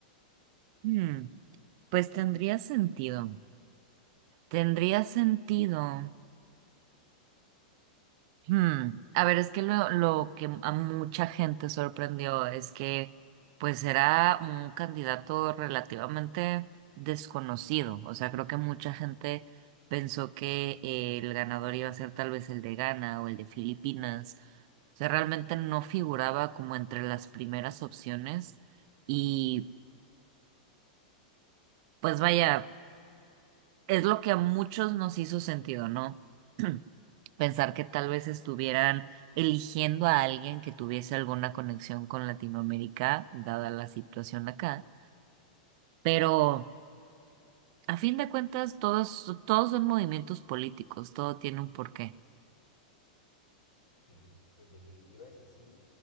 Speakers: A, on the right; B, on the left.
A: Hmm, pues tendría sentido. Tendría sentido. Hmm, A ver, es que lo, lo que a mucha gente sorprendió es que pues era un candidato relativamente desconocido. O sea, creo que mucha gente pensó que eh, el ganador iba a ser tal vez el de Ghana o el de Filipinas. O sea, realmente no figuraba como entre las primeras opciones. Y pues vaya. es lo que a muchos nos hizo sentido, ¿no? <clears throat> Pensar que tal vez estuvieran eligiendo a alguien que tuviese alguna conexión con Latinoamérica, dada la situación acá. Pero a fin de cuentas, todos, todos son movimientos políticos, todo tiene un porqué.
B: Sí, En definitiva es así.